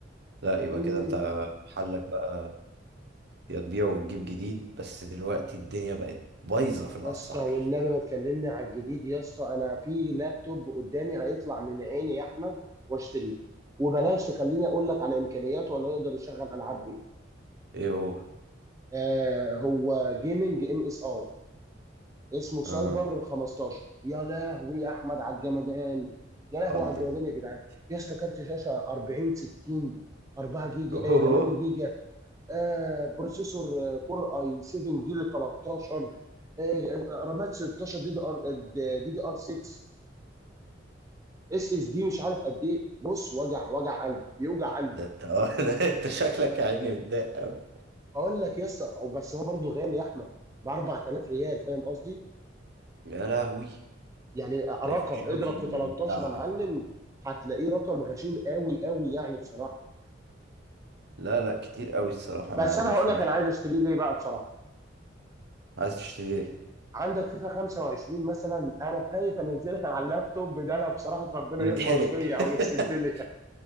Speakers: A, on the right; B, on the right.
A: لا يبقى
B: مم.
A: كده انت حلك بقى يا تبيع وتجيب جديد بس دلوقتي الدنيا بقت بايظه في الاسعار
B: يا اسطى والنبي ما تكلمني على الجديد يا اسطى انا في لابتوب قدامي هيطلع من عيني يا احمد واشتريه وبلاش تخليني اقول لك على امكانياته ولا يقدر يشغل العاب ايه
A: ايه هو
B: آه هو جيمنج ام اس اي اسمه سايبر
A: اه
B: 15 يا لهوي يا احمد على الجمدان يا لهوي
A: الله
B: على الجمدان
A: الله
B: يا جدعان
A: <laughs>
B: يا اسطى كارت شاشه 40 60 4 جيجا
A: اوه
B: آه 8 جيجا آه بروسيسور آه، كور اي 7 جيل 13 آه آه، رامات 16 دي دي ار دي دي ار 6 اس اس دي مش عارف قد ايه بص وجع وجع قلب بيوجع قلبي
A: ده انت آه، <laughs> ده انت شكلك يا عيني متضايق قوي
B: اقول لك يا اسطى بس هو برضه غالي يا احمد ب 4000 ريال فاهم قصدي؟
A: يا لهوي
B: يعني رقم
A: ده يخش له
B: اضرب
A: في جي-
B: في 13
A: بتاع
B: يا معلم هتلاقيه رقم غشيم قوي قوي يعني بصراحه
A: لا لا كتير قوي الصراحه انا
B: بس انا
A: مش
B: هقول لك
A: مش
B: انا عايز اشتريه ليه بقى بصراحه
A: عايز تشتري ايه
B: عندك فيفا 25 مثلا انا خايف انزلها <laughs> على اللابتوب ده لو بصراحه ربنا
A: يتحرق
B: يغلط فيا او
A: <laughs>
B: يسيب لي